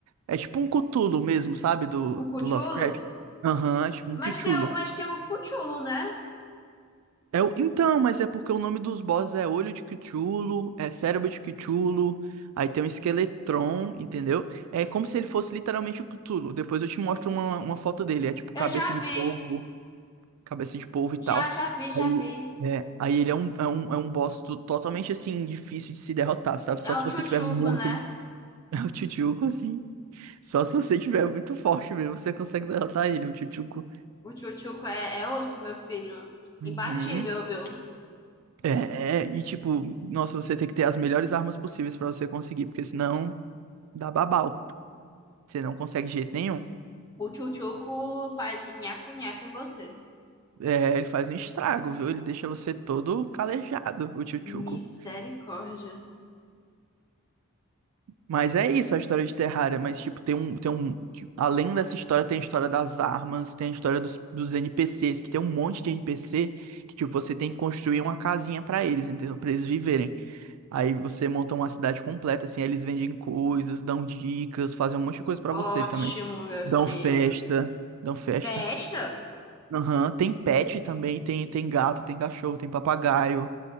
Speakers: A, on the right; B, on the left.
A: é tipo um Cthulhu mesmo, sabe? Do,
B: um cutulo?
A: do Lovecraft. Aham, é tipo um
B: Mas
A: Cthulhu.
B: tem, o- mas tem um cutulo, né?
A: É o... Então, mas é porque o nome dos bosses é Olho de Cthulhu, é Cérebro de Cthulhu, aí tem um Esqueletron, entendeu? É como se ele fosse literalmente o Cthulhu. Depois eu te mostro uma, uma foto dele, é tipo
B: Eu
A: cabeça
B: já vi,
A: de polvo, cabeça de polvo e tal.
B: já, já vi, já
A: Aí,
B: vi.
A: é, aí ele é um, é um, é um boss to- totalmente assim, difícil de se derrotar, sabe? Só
B: É
A: se
B: o
A: você
B: tchutchuco,
A: tiver muito.
B: né?
A: <laughs> É o Tchutchuco, sim. Só se você tiver muito forte mesmo, você consegue derrotar ele, o Tchutchuco.
B: O tchutchuco é, é osso, meu filho.
A: Uhum.
B: Imbatível, viu?
A: É, é, e tipo, nossa, você tem que ter as melhores armas possíveis pra você conseguir, porque senão dá babau. Você não consegue de jeito nenhum.
B: O tchutchuco faz nhaco-nhaco em você.
A: É, ele faz um estrago, viu? Ele deixa você todo calejado, o Tchutchuco.
B: Misericórdia.
A: Mas é isso a história de Terraria, mas tipo, tem um, tem um, tipo, além dessa história, tem a história das armas, tem a história dos, dos NPCs, que tem um monte de NPC que tipo, você tem que construir uma casinha pra eles, entendeu? Pra eles viverem. Aí você monta uma cidade completa, assim, aí eles vendem coisas, dão dicas, fazem um monte de coisa pra
B: Ótimo,
A: você também.
B: meu
A: Dão
B: filho.
A: festa, dão festa.
B: Festa?
A: Aham, Tem pet também, tem, tem gato, tem cachorro, tem papagaio,